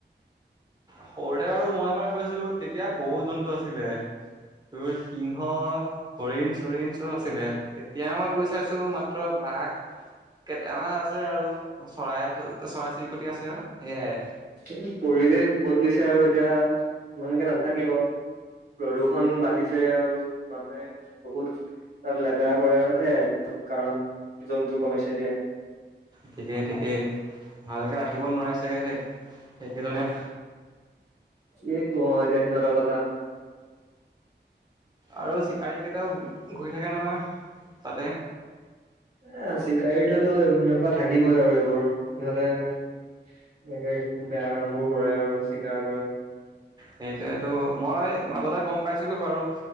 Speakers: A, on the right; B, on the right.
A: সৰুতে বাৰু মই এবাৰ গৈছিলো, তেতিয়া বহুত জন্তু আছিলে। তোৰ সিংহ, হৰিণ-চৰিণ চব আছিলে, এতিয়া মই গৈ চাইছো মাত্ৰ বাঘ কেইটামান আছে আৰু চৰাই, চৰাই-চিৰিকটি আছে আৰু সেইয়াই।
B: <inaudible> পৰিৱেশ বদলিছে আৰু এতিয়া ইমানকে নাথাকিব, প্ৰদূষন বাঢ়িছে আৰু মানুহে বহুত তাত লেতেৰা কৰে আৰু সেয়াই। কাৰণ জন্তু কমিছে এতিয়া
A: ঠিকেই ঠিকেই, ভালকে ৰাখিব নোৱাৰে চাগে সেই সেই গেজনে-
B: কি কম আৰু এতিয়া সিহঁতৰ কথা
A: আৰু চিকাৰী কেইটাও ভুী ঘূৰি থাকে নহয় তাতে।
B: এ চিকাৰীটোতো এনেকুৱা থাকিবই আৰু এইবোৰ সিহঁতে এনেকে বেয়া কাম বোৰ কৰে আৰু চিকাৰ কৰে
A: সেইটোয়টো মই মাজতে গম পাইছিলো বাৰু